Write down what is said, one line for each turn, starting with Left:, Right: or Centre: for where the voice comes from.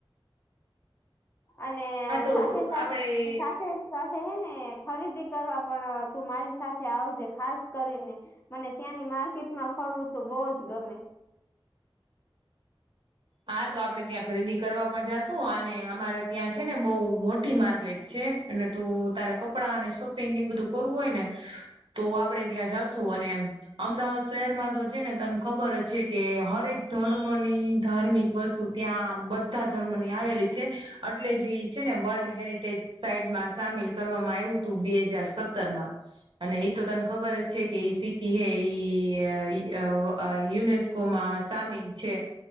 Left: અને
Right: હા તો
Left: સાથે-સાથે-સાથે
Right: આપડે
Left: સાથે હે ને ખરીદી કરવા પણ તું મારી સાથે આવજે ખાસ કરીને. મને ત્યાંની માર્કેટમાં ફરવું તો બોહ જ ગમે.
Right: હા તો આપડે ત્યાં ખરીદી કરવા પણ જાશુ અને અમારે ત્યાં છે ને બહુ મોટી માર્કેટ છે. અને તું તારે કપડાં અને સોપિંગ એ બધું કરવું હોય ને તો આપણેે ત્યાં જાશું અને અમદાવાદ શહેરમાં તો છે ને તને ખબર જ છે કે હરેક ધર્મની ધાર્મિક વસ્તુ ત્યાં બધા ધર્મોની આવેલી છે એટલે જે છે ને વર્લ્ડ હેરિટેજ સાઈડમાં સામેલ કરવામાં આવ્યું તું બે હજાર સત્તરમાં અને એ તો તને ખબર જ છે કે સિટી હ યુનેસ કોમાં સામેલ છે.